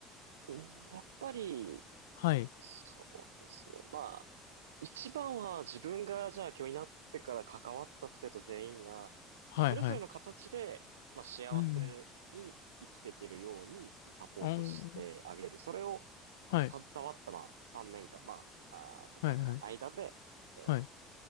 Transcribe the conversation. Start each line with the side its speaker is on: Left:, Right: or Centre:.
Right: うんやっぱり、
Left: はい。
Right: そうですね。まあ、一番は自分がじゃあ教員になってから関わった生徒全員が、まあ、
Left: はい、
Right: それぞれの形で、
Left: はい。
Right: まあ、幸せに生きていけるようにサポートしてあげる。
Left: うん。あー
Right: それを
Left: はい、
Right: 携わった、まあ、3年間、まあ、あーとかの間で、
Left: はい、はい、
Right: えー
Left: はい。